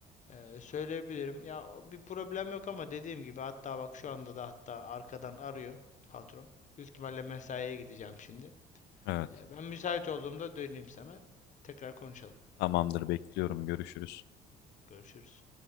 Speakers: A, on the left; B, on the left.
A: eee, söyleyebilirim. Ya bir problem yok ama dediğim gibi hatta bak şu anda da hatta arkadan arıyor patron. Büyük ihtimalle mesaiye gideceğim şimdi.
B: Evet.
A: Eee, ben müsait olduğumda döneyim sana. Tekrar konuşalım.
B: Tamamdır, bekliyorum. Görüşürüz.
A: Görüşürüz.